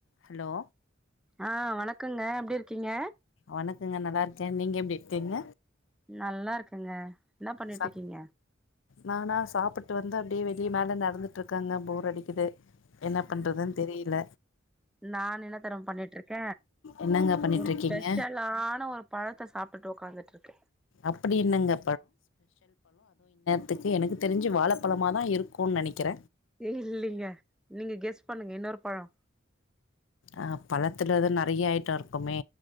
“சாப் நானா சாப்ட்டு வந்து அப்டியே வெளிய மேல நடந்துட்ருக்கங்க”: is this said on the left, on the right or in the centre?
Left